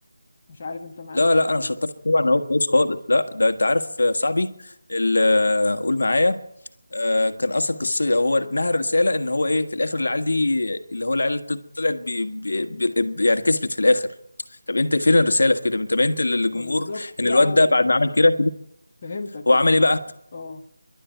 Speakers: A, on the left; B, on the left.
A: مش عارف انت معايا
B: لا
A: في الكلام.
B: لا انا مش هتفق طبعا هو كويس خالص لا ده انت عارف يا صاحبي ال- آه، قول معايا آه، كان اصلا قصيه هو نهى رساله ان هو ايه في الاخر العيال دي اللي هو العيال طل- طلعت بي بي بي يعني كسبت في الاخر طب انت فين الرساله في كده انت بينت للجمهور
A: ما بالظبط لا
B: ان الواد
A: هو
B: ده بعد ما عمل كده
A: فهمتك بس
B: هو عمل ايه بقى
A: اه